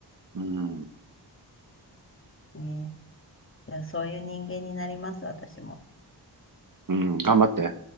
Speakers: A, on the right; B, on the left.
A: うん。
B: ね。いや、そういう人間になります、私も。
A: うん、頑張って。